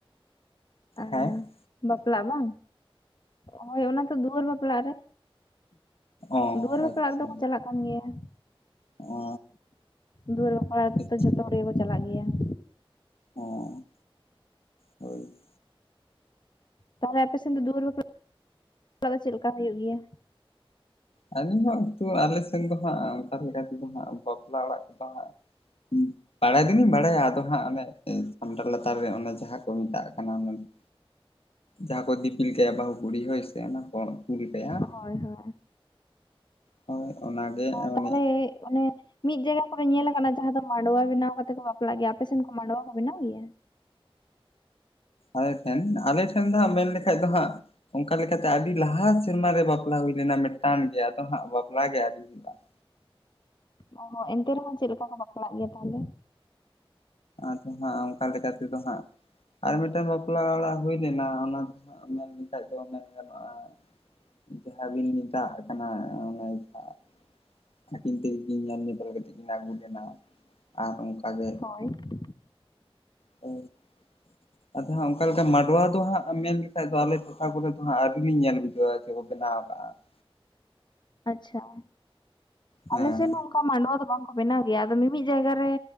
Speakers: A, on the left; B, on the left.
A: ᱟᱸ
B: ᱦᱮᱸ,
A: ᱵᱟᱯᱞᱟᱜ ᱵᱟᱝ ᱦᱳᱭ ᱚᱱᱟ ᱛᱚ ᱫᱩᱣᱟᱹᱨ ᱵᱟᱯᱞᱟᱜ ᱨᱮ,
B: ᱚ
A: ᱫᱩᱣᱟᱹᱨ ᱵᱟᱯᱞᱟᱜ
B: ᱟᱪᱪᱷᱟ
A: ᱨᱮᱫᱚ ᱠᱚ ᱪᱟᱞᱟᱜ ᱠᱟ ᱠᱟᱱ ᱜᱮᱭᱟ
B: ᱚ
A: ᱫᱩᱣᱟᱹᱨ ᱵᱟᱯᱞᱟ
B: ᱟᱪᱪᱷᱟ
A: ᱡᱷᱚᱛᱚ ᱦᱚᱲ ᱜᱮᱠᱚ ᱪᱟᱞᱟᱜ ᱜᱮᱭᱟ ᱾
B: ᱚ ᱦᱳᱭ ᱾
A: ᱛᱟᱦᱚᱞᱮ ᱟᱯᱮᱥᱮᱫ ᱫᱚ ᱫᱩᱣᱟᱹᱨ ᱵᱟᱯᱞᱟ ᱠᱚᱫᱚ ᱪᱮᱫ ᱞᱮᱠᱟ ᱦᱩᱭᱩᱜ ᱜᱮᱭᱟ?
B: ᱟᱹᱞᱤᱧ ᱦᱚᱸ ᱠᱤᱱᱛᱩ ᱟᱞᱮ ᱥᱮᱱ ᱫᱚ ᱦᱟᱸᱜ ᱚᱱᱠᱟ ᱞᱮᱠᱟ ᱛᱮᱫᱚ ᱦᱟᱸᱜ ᱵᱟᱯᱞᱟ ᱚᱲᱟᱜ ᱠᱚᱫᱚ ᱦᱟᱸᱜ, ᱦᱩᱸ ᱵᱟᱲᱟᱭ ᱫᱚᱞᱤᱧ ᱵᱟᱲᱟᱭᱟ ᱟᱫᱚ ᱦᱟᱸᱜ ᱚᱱᱮ ᱪᱷᱟᱢᱰᱟ ᱞᱟᱛᱟᱨ ᱨᱮ ᱚᱱᱮ ᱡᱟᱸᱦᱟ ᱠᱚ ᱢᱮᱛᱟᱜ ᱠᱟᱱᱟ ᱾ ᱡᱟᱸᱦᱟ ᱠᱚ ᱫᱤᱯᱤᱞ ᱠᱟᱭᱟ ᱵᱟᱹᱦᱩ ᱠᱩᱲᱤ ᱦᱳᱭ ᱥᱮ ᱚᱱᱟ ᱠᱚ ᱛᱩᱞ ᱠᱟᱭᱟ ᱾
A: ᱦᱳᱭ ᱦᱚᱭ
B: ᱦᱳᱭ ᱚᱱᱟᱜᱮ ᱢᱟᱱᱮ
A: ᱛᱟᱦᱚᱞᱮ ᱚᱱᱮ, ᱢᱤᱫ ᱡᱟᱭᱜᱟ ᱠᱚᱨᱮ ᱧᱮᱞ ᱟᱠᱟᱱᱟ ᱡᱟᱸᱦᱟ ᱫᱚ ᱢᱟᱰᱣᱟ ᱵᱮᱱᱟᱣ ᱠᱟᱛᱮ ᱠᱚ ᱵᱟᱯᱞᱟᱜ ᱜᱮᱭᱟ ᱟᱯᱮᱥᱮᱱ ᱠᱚ ᱢᱟᱰᱣᱟ ᱠᱚ ᱵᱮᱱᱟᱣ ᱜᱮᱭᱟ?
B: ᱟᱞᱮ ᱴᱷᱮᱱ ᱟᱞᱮ ᱴᱷᱮᱱ ᱫᱚ ᱦᱟᱸᱜ ᱢᱮᱱ ᱞᱮᱠᱷᱟᱡ ᱫᱚ ᱦᱟᱸᱜ, ᱚᱱᱠᱟ ᱞᱮᱠᱟᱛᱮ ᱟᱹᱰᱤ ᱞᱟᱦᱟ ᱥᱮᱨᱢᱟ ᱨᱮ ᱵᱟᱯᱞᱟ ᱦᱩᱭ ᱞᱮᱱᱟ ᱢᱤᱫᱴᱟᱝ ᱜᱮ ᱟᱫᱚ ᱦᱟᱸᱜ ᱵᱟᱯᱞᱟ ᱜᱮ ᱟᱹᱣᱨᱤ ᱦᱩᱭᱩᱜᱼᱟ ᱾
A: ᱚ ᱦᱚᱸ ᱮᱱᱛᱮ ᱨᱮᱦᱚᱸ ᱪᱮᱫ ᱞᱮᱠᱟ ᱠᱚ ᱵᱟᱯᱞᱟᱜ ᱜᱮᱭᱟ ᱛᱟᱦᱚᱞᱮ?
B: ᱟᱫᱚ ᱦᱟᱸᱜ ᱚᱱᱠᱟ ᱞᱮᱠᱟ ᱛᱮᱫᱚ ᱦᱟᱸᱜ, ᱟᱨ ᱢᱤᱫᱴᱟᱝ ᱵᱟᱯᱞᱟ ᱚᱲᱟᱜ ᱦᱩᱭ ᱞᱮᱱᱟ ᱚᱱᱟ ᱫᱚ ᱢᱮᱱ ᱞᱮᱠᱷᱟᱡ ᱫᱚ ᱢᱮᱱ ᱜᱟᱱᱚᱜᱼᱟ ᱾ ᱡᱟᱸᱦᱟ ᱵᱤᱱ ᱢᱮᱛᱟᱜ ᱠᱟᱱᱟ ᱡᱟᱸᱦᱟ, ᱟᱹᱠᱤᱱ ᱛᱮᱠᱤᱱ ᱧᱮᱞ ᱧᱮᱯᱮᱞ ᱠᱟᱛᱮ ᱠᱤᱱ ᱟᱹᱜᱩ ᱞᱮᱱᱟ ᱟᱨ ᱚᱱᱠᱟ ᱜᱮ,
A: ᱦᱳᱭ ᱾
B: ᱯᱟᱹᱦᱤᱞ, ᱟᱫᱚ ᱦᱟᱸᱜ ᱚᱱᱠᱟ ᱞᱮᱠᱟ ᱢᱟᱰᱣᱟ ᱫᱚ ᱦᱟᱸᱜ ᱢᱮᱱ ᱞᱮᱠᱟᱱ ᱫᱚ ᱟᱞᱮ ᱴᱚᱴᱷᱟ ᱠᱚᱨᱮ ᱫᱚ ᱦᱟᱸᱜ ᱟᱹᱣᱨᱤ ᱞᱤᱧ ᱧᱮᱞ ᱵᱩᱡᱷᱟᱹᱣᱟ ᱡᱮ ᱥᱮ ᱠᱚ ᱵᱮᱱᱟᱣ ᱟᱠᱟᱫᱼᱟ ᱾
A: ᱟᱪᱪᱷᱟ
B: ᱦᱮᱸ
A: ᱟᱞᱮ ᱥᱮᱫ ᱦᱚᱸ ᱚᱱᱠᱟ ᱢᱟᱰᱣᱟ ᱫᱚ ᱵᱟᱝᱠᱚ ᱵᱮᱱᱟᱣ ᱜᱮᱭᱟ ᱟᱫᱚ ᱢᱤᱢᱤᱫ ᱡᱟᱭᱜᱟ ᱨᱮ,